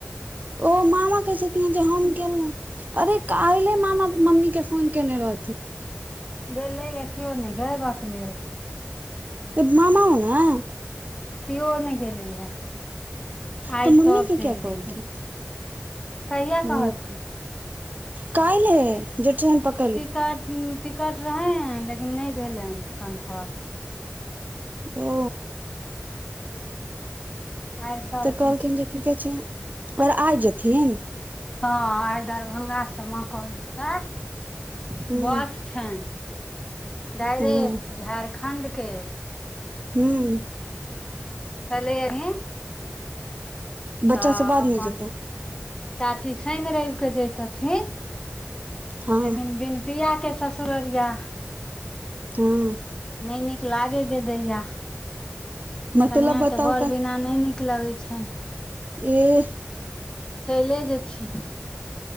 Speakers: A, on the right (about 40°); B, on the left (about 20°).
A: ओ मामा कहे छथिन जे हम गेलहु अरे काल्ले मामा मम्मी के फोन केने रहथिन
B: गेलैया कियओ नहि गे बकलेल
A: <unintelligible> मामा ने
B: केओ नहि गेलैया आइ
A: तऽ मम्मी
B: सब
A: के
B: चलि
A: किया
B: जेतै
A: कहलखिन
B: कहिया
A: ओ
B: कहलखिन
A: कालहि जे ट्रेन पकर
B: टिकट टिकट रहै लेकिन नहि भेलै कन्फर्म
A: ओ
B: आइ सबकिछु
A: तऽ कहलखिन जे की कहै छै उ आर आइ जेथिन
B: हा आइ दरभंगा से मां कहलकै
A: हूँ
B: बस छ डायरेक्ट
A: हूँ
B: झारखण्ड के
A: हँ
B: छलै यनी
A: बच्चा
B: तऽ
A: सब बाद
B: अपन
A: मे जेतै
B: चाची शनि रव कऽ जैतथिन
A: हँ
B: लेकिन बिन पिया के ससुररिया
A: हँ
B: नहि नीक लागे ग दैया
A: मतलब
B: कनिया
A: बताउ
B: के बौर
A: क
B: बिना नहि नीक नीक लगैत छ
A: एह
B: चले जेथिन